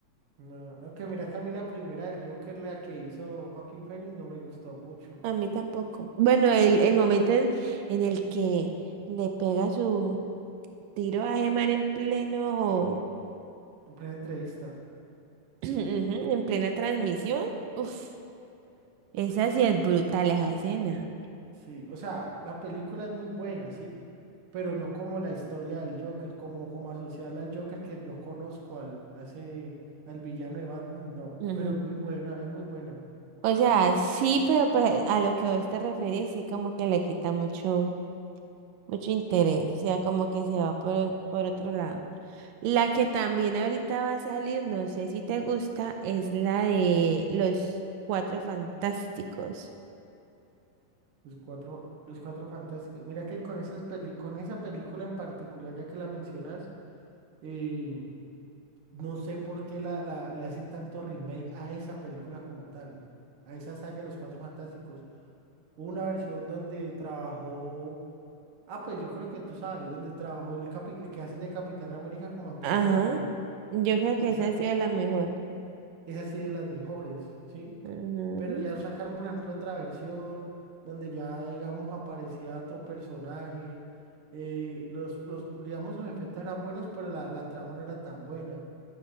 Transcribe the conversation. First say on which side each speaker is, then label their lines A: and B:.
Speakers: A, on the right (about 55°); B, on the right (about 75°).
A: No, aunque mira que a mí la primera del Joker, la que hizo Joaquín Phoenix, no me gustó mucho.
B: A mí tampoco. Bueno, el, el momento en, en el que le pega su tiro a Gemma en pleno.
A: En plena entrevista.
B: <clears throat> Ujú, En plena transmisión. Uf. Esa sí es brutal, esa escena.
A: Sí, o sea, la película es muy buena, sí, pero no como la historia del Joker, como, como asociarla al Joker que yo conozco al, a ese- al villano de Batman, no.
B: ujú.
A: Pero es muy buena, es muy buena.
B: O sea, sí, pero pues, a lo que vos te referís, sí como que le quita mucho, mucho interés. O sea, como que se va por, por otro lado. La que también ahorita va a salir, no sé si te gusta, es la de los Cuatro Fantásticos.
A: Los cuatro, los cuatro fantásticos. Mira que con esas peli- con esa película en particular, ya que la mencionas, eh, No sé por qué la, la- le hacen tanto remake a esa película como tal, a esa saga de los Cuatro Fantásticos. Hubo una versión donde trabajó, ah, pues yo creo que tú sabes, donde trabajó el, capi- el que hace de Capitán América como Antorcha
B: Ajá.
A: Humana.
B: Yo creo
A: Esa,
B: que esa ha sido la mejor.
A: esa sí de las mejores, ¿sí?
B: Ajá.
A: Pero ya sacaron, por ejemplo, otra versión donde ya, digamos, aparecía otro personaje. eh, los, los, digamos, los efectos eran buenos, pero la, la trama no era tan buena.